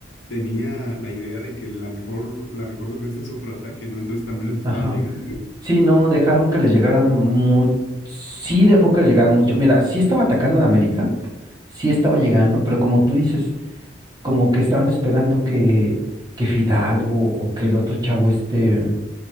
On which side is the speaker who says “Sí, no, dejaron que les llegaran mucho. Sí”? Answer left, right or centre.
Right